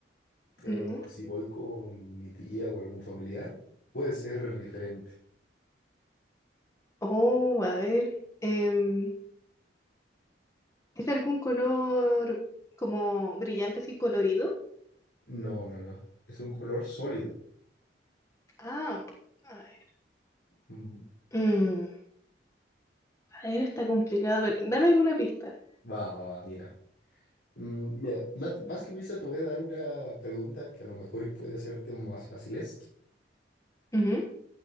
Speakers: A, on the left (about 75°); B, on the left (about 20°).
A: pero
B: mm, ya.
A: si voy con mi tía o algún familiar, puede ser diferente.
B: Oh, a ver. em, ¿Es algún color como brillante así colorido?
A: No, no, no. Es un color sólido.
B: Ah, a ver.
A: Mm,
B: Mm, a ver, está complicado. A ver, dame alguna pista.
A: Va, va, va, mira. Mm, mira, ma- más, que pista te voy a dar una pregunta que a lo mejor y puede hacerte más fácil esto.
B: Ujú.